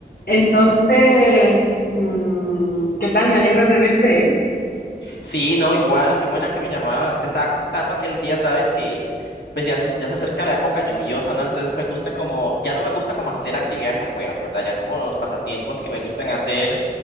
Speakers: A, on the left (about 65°); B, on the left (about 85°).
A: Entonces, mm, ¿qué tal? Me alegro de verte, ¿eh?
B: Sí, no, igual, qué buena que me llamabas. Te estaba contando aquel día, sabes, que pues ya se, ya se acerca la época lluviosa, ¿no? Entonces me gusta como, ya no me gusta como hacer actividades afuera, ¿verdad? Ya como los pasatiempos que me gustan hacer